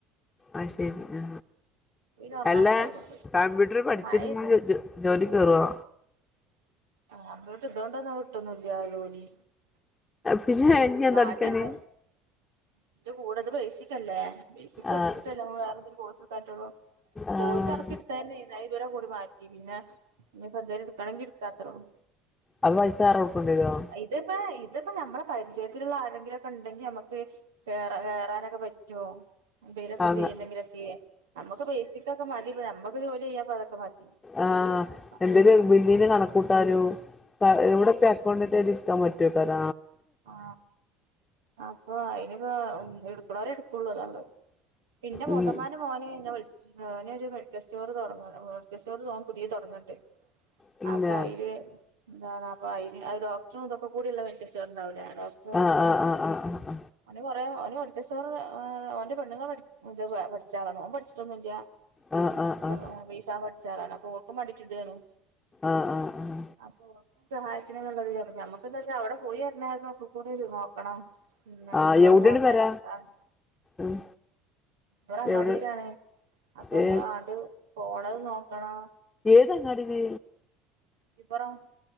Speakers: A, on the left; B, on the right.
A: ആ ശരി ആ
B: പിന്നെ ഉറങ്ങാനുണ്ടായിക്കൊണ്ട്
A: അല്ല കമ്പ്യൂട്ടർ പഠിച്ചിട്ട്
B: മഴെയ്ത്
A: നി ജോലിക്കു കേറുവോ?
B: ആ അതോണ്ട് ഇന്തൊണ്ടൊന്നും കിട്ട്വോന്നുമില്ല ജോലി.
A: പിന്നെ ഇനി എന്തൊടുക്കാനാ
B: ഭാഗ്യണ്ട് ഇന്റെ ഇത് കൂടത് ബേസിക്കല്ലേ, ബേസിക് പഠിച്ചിട്ടല്ല
A: ആഹ്
B: നമ്മള് വേറെന്തലു കോഴ്സെടുക്കാറ്റുള്ളോ.
A: ആഹ്
B: കോഴ്സ് ഇടയ്ക്കു എടുത്തരുന്നു ഞാൻ ഇവരെ കൂടി മാറ്റി പിന്നെ പിന്നെപ്പെന്തേലും എടുക്കണെങ്കിൽ എടു എടുക്കാത്രേള്ളൂ.
A: അപ്പൊ പൈസ വേറെ കൊടുക്കേണ്ടി വരുവോ
B: ഇതിപ്പോ ഇതിപ്പോ നമ്മടെ പരിചയത്തിലുള്ള ആ എന്തെങ്കിലൊക്കെ ഉണ്ടെങ്കി നമ്മക്ക് കേറ കേറാനൊക്കെ പറ്റ്വോ? എന്തേലൊക്കെ
A: ആഹ്
B: ചെയ്യുന്നെങ്കിലൊക്കെ നമുക്ക് ബേസിക്കൊക്കെ മതി നമ്മക്ക് ജോലി ചെയ്യാപ്പ അതൊക്കെ മതി.
A: ആ എന്തൊരു
B: ആഹ്
A: നിർബന്ധിത കണക്കൂട്ടാരു എവിടെക്കെ അക്കൗണ്ടിട്ടല് എടുക്കാൻ പറ്റുവോക്കാര
B: ആ അപ്പൊ ഇയിനിപ്പ എടുക്കണോരെടുക്ക് ഉള്ളതള്ളത് പിന്റെ
A: ഉം
B: മുതമാന മോനെ ഞാൻ വിളിച്ച ഞാനൊരു മെഡിക്കൽ സ്റ്റോറ് തുടങ്ങാണ് മെഡിക്കൽ സ്റ്റോർ ന്നാ പുതിയ തുടങ്ങണ്ടേ?
A: പിന്നെ
B: അപ്പൊ അയില് എന്താണ് അപ്പൊ അയിന് അത് ഡോക്ടറും ഇതൊക്കെ കൂടിള്ള മെഡിക്കൽ സ്റ്റോറുണ്ടാവൂലെ? ഡോക്ടറും അതൊക്കെള്ള
A: ആഹ് ആഹ് ആഹ് ആഹ്
B: അയിന് കൊറേ തോനെ പഠി എസ് ആർ ൽ ഓന്റെ പെണ്ണുങ്ങള് പഠിച്ച പഠിച്ചാളാണ് ഓൻ പഠിച്ചിട്ടൊന്നുമില്ല്യ.
A: ആഹ് ആഹ് ആഹ് ആഹ്
B: ഓൻ ബീ ഫാമ് പഠിച്ച ആളാണ് അപ്പൊ ഓൾക്കും പഠിച്ചിതേണ്
A: ആഹ് ആഹ് ആഹ്
B: അപ്പൊ ഓക്ക് സഹായത്തിന് നല്ലൊരു ഇതുവേണം നമ്മക്ക എന്താച്ച അവിടെ പോയിവരുന്നാളിന് ഒക്കെക്കൂടി നോക്കണം പിന്ന
A: ആഹ്
B: കുറ്റിപറം
A: എവിടെയാണ്
B: പോകണ്ടേ
A: പെര
B: അതാണ്
A: ഉം
B: ഈടെ അങ്ങാടിയിലാണ്
A: എവിടെ
B: അപ്പൊ നമ്മള
A: ഏ
B: അങ്ങട് പോണത് നോക്കണം
A: ഏതങ്ങാടീലെ
B: കുറ്റിപ്പറം